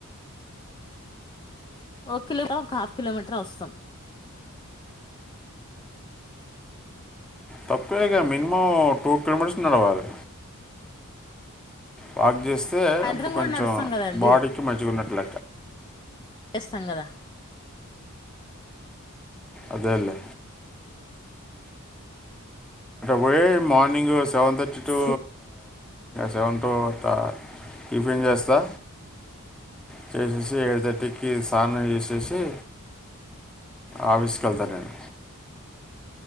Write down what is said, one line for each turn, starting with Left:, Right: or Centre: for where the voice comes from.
Left: ఒక కిలోగా ఇంకా హాఫ్ కిలోమీటర్ వస్తాం
Centre: తప్పే ఇక మినిమం టూ కిలోమీటర్స్ నడవాలి వాక్ చేస్త అయితే
Left: సాయంత్రం
Centre: అప్పుడు కొంచెం
Left: కూడా నడుస్తాం కదండి
Centre: బాడీకి మజ్ిగా ఉన్నట్ల
Left: చేస్తాం కదా
Centre: అదలు బయే morning seven thirty to
Left: food
Centre: seven ట టిఫిన్ చేస్తా చేసేసి ఏడు తటికి స్నానం చేసేసి ఆవిసులా వెళ్తాను నేను